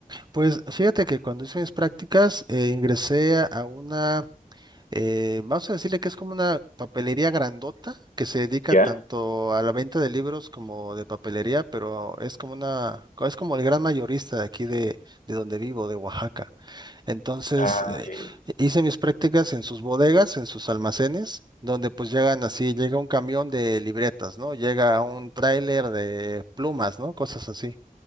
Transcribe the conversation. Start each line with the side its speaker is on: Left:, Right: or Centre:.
Right: Pues fíjate que cuando hice mis prácticas eh, ingresé a a una... eh, vamos a decirle que es como una papelería grandota que se dedica
Left: ¿Ya?
Right: tanto a la venta de libros como de papelería, pero es como una, es como el gran mayorista de aquí de, de donde vivo, de Oaxaca. Entonces,
Left: Ah,
Right: eh,
Left: ya, ya.
Right: hice mis prácticas en sus bodegas, en sus almacenes, donde pues llegan así, llega un camión de libretas, ¿no? Llega un tráiler de plumas, ¿no? Cosas así.